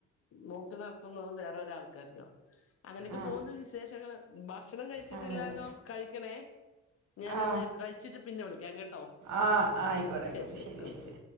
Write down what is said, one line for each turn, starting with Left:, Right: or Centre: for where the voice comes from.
Left: നോക്കി നടത്തുന്നത് വേറെരാൾക്കാർക്കാണ് അങ്ങനെയൊക്കെ
Right: ആ
Left: പോകുന്നു വിശേഷങ്ങള് ഭക്ഷണം കഴിച്ചിട്ടില്ലാലോ
Right: ആ അതെ അതെ
Left: കഴിക്കണേ ഞാനേന്ന്
Right: ആ
Left: കഴിച്ചിട്ട് പിന്നെ വിളിക്കാം കേട്ടോ
Right: ആ ആയിക്കോട്ടെ ആയിക്കോട്ടെ
Left: ശരി ശരി
Right: ശെരി
Left: ആ
Right: ശെരി
Left: ശരി